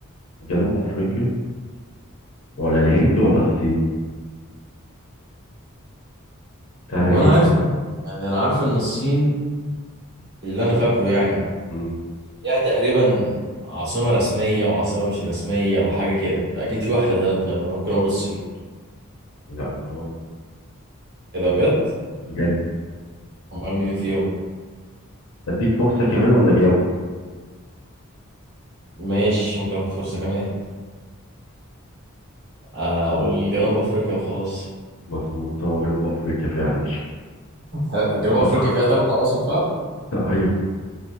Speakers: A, on the left (about 75°); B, on the right (about 50°).
A: جنوب افريقيا ولا الهند ولا الصين سهلة
B: هو
A: جدا
B: أنا عارف يعني أنا عارف إن الصين اللي أنا فاكره يعني
A: مم.
B: ليها تقريبا عاصمة رسمية وعاصمة مش رسمية وحاجة كده فأكيد في واحدة تالتة ممكن أقول الصين
A: لا غلط
B: ايه ده بجد
A: بجد
B: امال مين فيهم
A: اديك فرصة كمان ولا جاوب
B: ماشي ممكن اخد فرصه كمان اقول جنوب افريقيا وخلاص
A: مظبوط هو جنوب افريقيا فعلا
B: هل-
A: <laughs>
B: جنوب افريقيا
A: صح
B: فيها ثلاث عواصم فعلا
A: ايوه